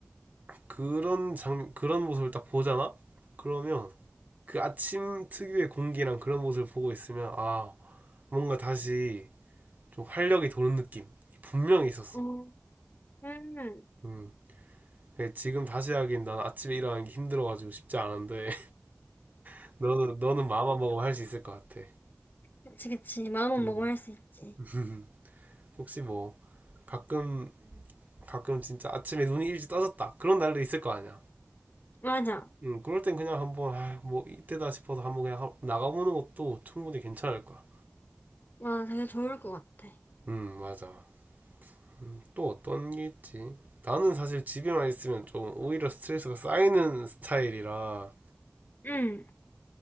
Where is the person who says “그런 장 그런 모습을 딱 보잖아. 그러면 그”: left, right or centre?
Right